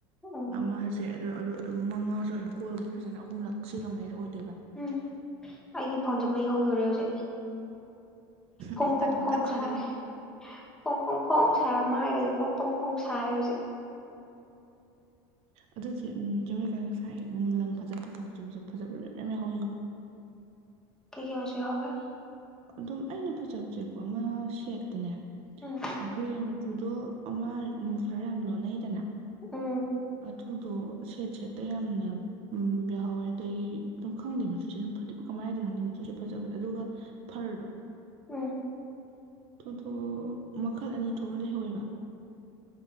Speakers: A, in the centre; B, on the right.
A: ꯎꯝ
B: ꯑꯃꯁꯦ ꯑꯗꯣ ꯑꯗꯨ ꯑꯗꯨꯝ ꯃꯉꯥꯁꯨ ꯁꯨꯔꯦ ꯀꯣꯜꯂꯗꯤ ꯐꯖꯅ ꯑꯍꯨꯝꯂꯛ꯫ ꯁꯤꯒ ꯃꯔꯤꯔꯛ ꯑꯣꯏꯗꯣꯏꯅꯦ
A: ꯎꯝ ꯑꯩꯒꯤ ꯐꯣꯟꯁꯦ ꯃꯩ ꯍꯧ ꯗꯣꯔꯦ ꯍꯧꯖꯤꯛ꯫ ꯐꯣꯡ
B: ꯑꯩ
A: ꯐꯣꯡ
B: ꯅꯥꯀꯣꯡ
A: ꯐꯣꯡ
B: ꯀꯟꯅ ꯁꯥꯒꯠꯂꯦ
A: ꯁꯥꯔꯦ ꯐꯣꯡ ꯐꯣꯡ ꯐꯣꯡ ꯁꯥꯔꯝ ꯃꯥꯒꯖꯦ ꯐꯣꯡ ꯐꯣꯡ ꯐꯣꯡ ꯁꯥꯔꯦ ꯍꯧꯖꯤꯛ꯫
B: ꯑꯗꯨ ꯖꯨ ꯎꯝ ꯉꯁꯥꯏ ꯂꯪ ꯐꯖ ꯐꯖꯕ ꯃꯆꯨ ꯐꯖꯕ ꯃꯌꯥꯝ ꯌꯥꯍꯧꯏ ꯉꯣ꯫
A: ꯀꯩ ꯀꯩ ꯃꯆꯨ ꯌꯥꯎꯍꯧꯒꯦ
B: ꯑꯗꯨꯝ ꯑꯩꯅ ꯐꯖꯕꯁꯦꯀꯣ ꯑꯃ ꯁꯦꯠꯇꯅꯦ
A: ꯎꯝ
B: ꯒꯔꯦ ꯃꯆꯨꯗꯣ ꯑꯝꯃꯥ ꯃꯨꯐꯂꯦꯔ ꯌꯥꯝ ꯂꯣꯅꯩꯗ ꯅ
A: ꯎꯝ꯫
B: ꯑꯗꯨꯗꯣ ꯁꯦꯠ - ꯁꯦꯠꯇ ꯌꯥꯝꯅ ꯎ ꯌꯥꯎꯍꯧꯋꯦ ꯑꯗꯒꯤ ꯑꯗꯨꯝ ꯈꯪꯗꯦ ꯃꯆꯨꯁꯦꯗꯨꯃ ꯀꯃꯥꯏꯅ ꯍꯥꯏꯗꯣꯏꯅꯣ ꯈꯪꯗꯦ ꯃꯆꯨꯖꯦ ꯐꯖꯕꯅꯦ ꯑꯗꯨꯒ ꯐꯔꯗꯣ
A: ꯎꯝ
B: ꯑꯗꯨꯗꯣ ꯃꯈꯜ ꯑꯅꯤ ꯊꯣꯛꯅ ꯂꯩꯍꯧꯋꯦꯕ